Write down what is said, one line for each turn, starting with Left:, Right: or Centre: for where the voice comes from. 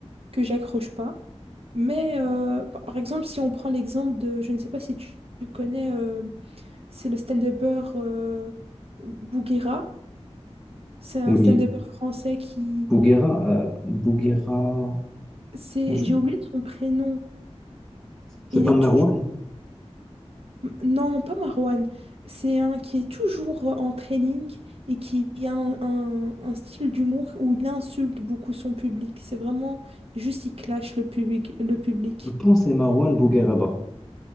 Right: que j'accroche pas. Mais euh, par par exemple, si on prend l'exemple de, je ne sais pas si tu, tu connais euh, c'est le stand-upper euh, Bouguera. C'est un
Centre: Oui,
Right: stand-upper français qui...
Centre: Bouguera, euh, Bouguera,
Right: C'est...
Centre: Franchement.
Right: J'ai oublié son prénom.
Centre: C'est
Right: Il
Centre: pas
Right: est
Centre: Marwan?
Right: toujours... Non, pas Marwan. C'est un qui est toujours en training et qui a un, un- un style d'humour où il insulte beaucoup son public. C'est vraiment... Juste, il clash le public. Le public.
Centre: Je pense que c'est Marwan Bougueraba.